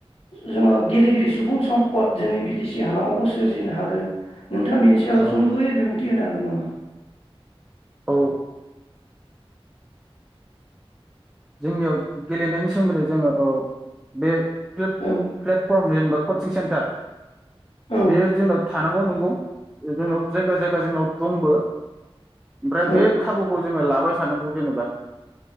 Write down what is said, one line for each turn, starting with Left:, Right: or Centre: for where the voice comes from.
Left: जोङो गेलेगिरि सुबुं सम्पद जोंनि बि टि सि हालामावबो सोरजिनो हागोन नोंथाङा बिनि सायाव
Centre: औ
Left: सुंद'यै बिबुंथि होनो हागोन नामा?
Centre: औ जोंनियाव गेलेनायनि सोमोन्दै जोङो औ बे प्लेट
Left: औ
Centre: प्लेटफर्म <unintelligible> कचिं सेन्ट तार।
Left: औ
Centre: बेयो जोंनाव थानांगौ नंगौ जोंनाव जायगा जायगा जोंनाव दंबो ओमफ्राय
Left: औ
Centre: बे खाबुखौ जोङो लाबाय। सानांगौ जेनेबा।